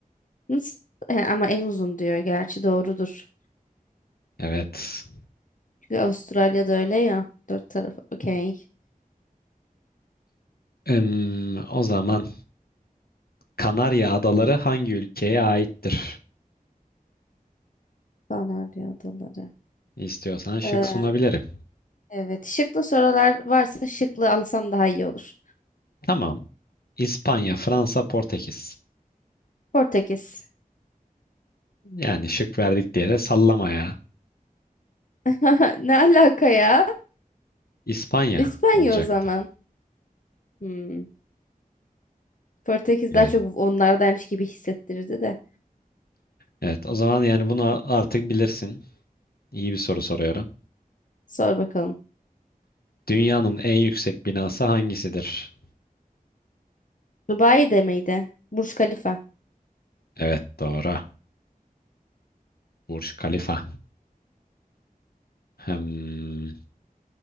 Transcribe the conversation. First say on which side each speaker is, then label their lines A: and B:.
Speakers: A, on the left; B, on the left.
A: Nasıl? E, ama en uzun diyor. Gerçi doğrudur.
B: Evet.
A: Çünkü Avustralya'da öyle ya. Dört tarafı. Okey.
B: Em, o zaman Kanarya Adaları hangi ülkeye aittir?
A: Kanarya adaları.
B: İstiyorsan şık
A: Ee,
B: sunabilirim.
A: evet. Şıklı sorular varsa şıklı alsam daha iyi olur.
B: Tamam. İspanya, Fransa, Portekiz.
A: Portekiz.
B: Yani şık verdik diye de sallamaya
A: <laughs> Ne alaka ya?
B: İspanya
A: İspanya
B: olacaktı.
A: o zaman. Hmm. Portekiz
B: Evet.
A: daha çok onlardaymış gibi hissettirirdi de.
B: Evet. O zaman yani bunu artık bilirsin. İyi bir soru soruyorum.
A: Sor bakalım.
B: Dünyanın en yüksek binası hangisidir?
A: Dubai de miydi? Burj Khalifa.
B: Evet doğru. Burj Khalifa. Hmm.